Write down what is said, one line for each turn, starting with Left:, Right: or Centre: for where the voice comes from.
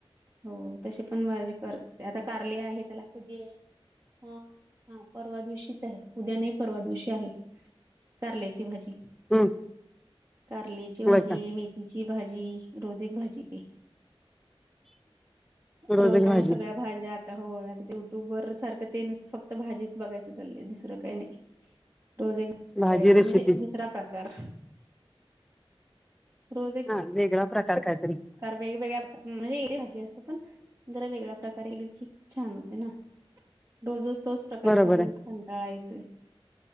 Right: हो तशी पण भाजी कर आता कारले आहे त्याला कधी ह हा परवा दिवशीच आहे उद्या नाही परवा दिवशी आहे. कारल्याची भाजी.
Centre: हम्म.
Right: कारल्याची भाजी
Centre: होय का
Right: मे हिची भाजी रोज एक भाजी.
Centre: रोजक
Right: रोज आम्हा
Centre: भाजी
Right: सगळ्या भाज्या आता होय आता युट्यूबवर सारखं ते नुसत फक्त भाजीच बघायचं चाललंय, दुसरं काही नाही रोज एक ते
Centre: भाजी
Right: करायची
Centre: रेसिपी
Right: म्हणजे दुसरा प्रकार रोज एक
Centre: हा वेगळा प्रकार कायतरी?
Right: प्रकार वेगवेगळ्या भा म्हणजे एक भाजी असते पण जरा वेगळ्या प्रकारे केलं की छान होत ना, रोज रो ज तोच प्रकार
Centre: बरोबर
Right: खाऊन
Centre: आहे
Right: कंटाळा येतोय.